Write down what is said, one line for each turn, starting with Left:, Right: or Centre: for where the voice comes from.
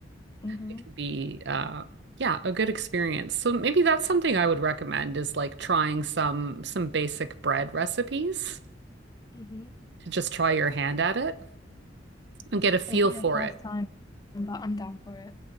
Left: hmm
Right: it can be uh yeah, a good experience. So maybe that's something I would recommend is like trying some some basic bread recipes
Left: hmm
Right: to just try your hand at it and get a feel
Left: It'll be
Right: for
Left: the first
Right: it.
Left: time, but I'm down for it.